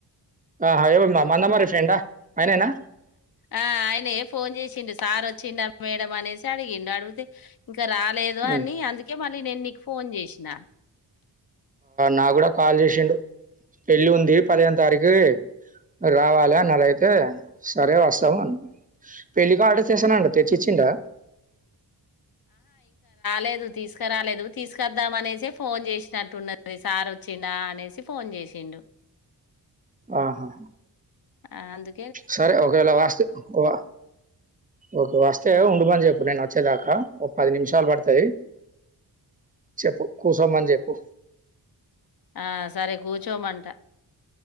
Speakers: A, on the right; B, on the left.
A: ఆహా! ఎవరు మ మందమర్రి ఫ్రెండా? ఆయనేనా?
B: ఆ ఆయన ఫోన్ చేసిండు సార్ వచ్చిండ మేడం అనేసి తడిగిండు అడుగుతే ఇగ రాలేదు
A: హ్మ్.
B: అని అందుకే మళ్లీ నేను నీకు ఫోన్ చేసిన
A: నా కూడా కాల్ చేసిండు పెళ్ళి ఉంది పదిహేను తారీఖు రావాలా అన్నదైతే సరే వస్తాము అన్నా పెళ్ళి కార్డు చేశాడంట తెచ్చి ఇచ్చిండా
B: లేదు తీసుకురాలేదు తీసుకద్దాం అనేసి ఫోన్ చేసినట్టున్నారు ఇస్ సార్ వచ్చిడా అనేసి ఫోన్ చేసిండు
A: ఆహా
B: ఆ అందు
A: సరే ఒక వేల వస్తే ఓకువ ఓకే వస్తే ఉండు ఉ అని చెప్పు నేను వచ్చేదాకా ఒక పది నిమిషాలు పడుతది చెప్పు కూసోమని చెప్పు
B: ఆ సరే కూర్చోమంట